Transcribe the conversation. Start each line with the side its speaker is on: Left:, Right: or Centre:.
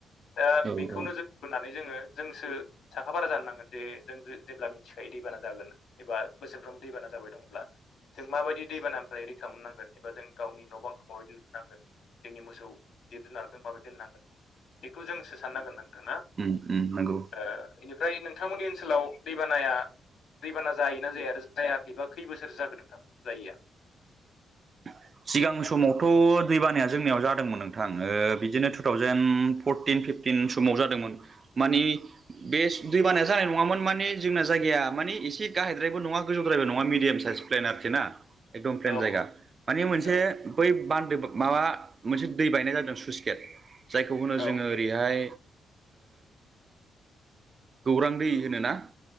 Left: दा
Right: औ
Left: बेखौ
Right: औ
Left: नोजोर होननानै जोङो जोंसो साखाफारा जानो नांगोन जे जों जेब्ला मिथिखायो दैबाना जागोन एबा बोसोरफ्रोमबो दैबाना जाबाय दंब्ला जों माबायदि दैबानानिफ्राय रैखा मोननांगोन एबा जों गावनि न' बांखौ माबायदि लुनांगोन जोंनि मोसौ जिब जुनारखौ माबोरै दोननांगोन बेखौ जोंसो साननांगोन नोंथां ना
Right: उम उम नंगौ
Left: ओ बेनिफ्राय नोंथांमोननि ओनसोलाव दैबानाया दैबाना जायोना जाया आरो जायाखैबा खै बोसोरसो जाखो नोंथां जायैया
Right: <inaudible> सिगां समावथ' दै बानाया जोंनियाव जादोंमोन नोंथां ओ बिदिनो टु थावजेन फरटिन फिफ थिन समाव जादोंमोन माने बे दैबाना जानाय नङामोन माने जोंना जायगाया मानिे एसे गाहायद्रायबो नङा गोजौद्रायबो नङा मिडियाम साइस प्लेन आरोखि ना एकदम प्लेन
Left: औ
Right: जायगा माने मोनसे
Left: औ
Right: बै बान्दो माबा मोनसे दै बायनाय जादों सुइस गेट जायखौ होनो जोङो
Left: औ
Right: ओरैहाय गौरां दै होनो ना